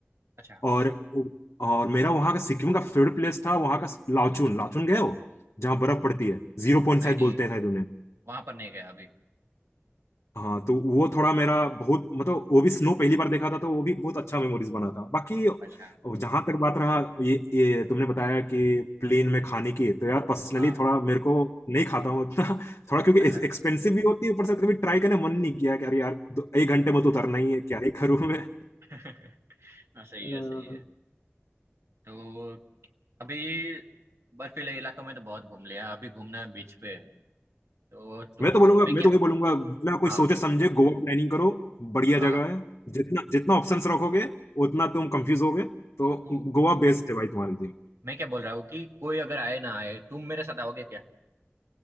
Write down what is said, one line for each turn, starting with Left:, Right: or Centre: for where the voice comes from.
Right: अच्छा
Left: और और मेरा वहाँ का सिक्किम का फेवरेट प्लेस था वहाँ का लाचुन लाचुन गए हो जहाँ बर्फ पड़ती है जीरो पॉइंट
Right: नहीं
Left: शायद
Right: नहीं
Left: बोलते हैं शायद
Right: वहां पर नहीं गया अभी
Left: हाँ तो वो थोड़ा मेरा बहुत मतलब वो भी स्नो पहली बार देखा था तो वो भी बहुत अच्छा मेमोरीज बना था बाकी
Right: अच्छा
Left: जहां तक बात रहा ये ये तुमने बताया कि प्लेन में खाने की तो यार पर्सनली
Right: हाँ
Left: थोड़ा मेरे को नहीं खाता हूँ उतना <laughs> थोड़ा क्योंकि
Right: अच्छा
Left: एक्सपेंसिव भी होती है ऊपर से कभी ट्राई करने मन नहीं किया कि अरे यार दो- एक घंटे में तो उतरना ही है क्या ही करूँ मैं
Right: <laughs> हाँ, सही
Left: <laughs> अ,
Right: है सही है तो अभी बर्फीले इलाकों में तो बहुत घूम लिया अभी घूमना है बीच पे तो तुम
Left: मैं तो बोलूंगा
Right: मैं
Left: मैं
Right: क्या
Left: तो वही बोलूंगा बिना कोई
Right: हाँ
Left: सोचे समझे गोवा प्लानिंग करो बढ़िया
Right: हाँ
Left: जगह है जितना जितना ऑप्शंस रखोगे उतना तुम कंफ्यूज होगे तो
Right: तो
Left: गोवा बेस्ट है भाई तुम्हारे लिए
Right: मैं क्या बोल रहा हूँ कि कोई अगर आए ना आए तुम मेरे साथ आओगे क्या